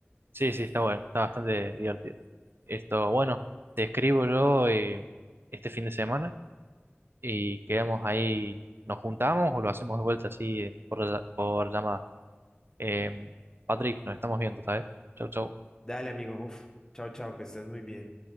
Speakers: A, on the right; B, on the left.
A: sí, sí, está bueno, está bastante divertido. Esto, bueno, te escribo yo eh, este fin de semana y quedamos ahí, nos juntamos o lo hacemos de vuelta así eh, por, por llamada. Eh, Patrick, nos estamos viendo, ¿sabes? Chau, chau.
B: Dale, amigo, uf. Chao, chao, que estés muy bien.